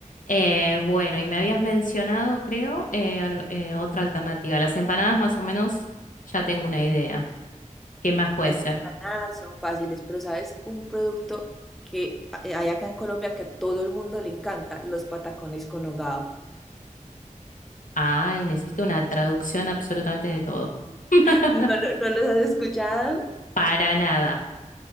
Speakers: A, on the left (about 75°); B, in the centre.
A: Eh, bueno, y me habías mencionado, creo, eh, al- eh, otra alternativa. Las empanadas más o menos ya tengo una idea. ¿Qué más puede
B: Las
A: ser?
B: empanadas son fáciles, pero ¿sabes? Un producto que hay acá en Colombia que a todo el mundo le encanta, los patacones con hogao.
A: Ay, necesito una traducción absolutamente de todo. <laughs>
B: <laughs> No, lo- no, los has escuchado,
A: Para nada.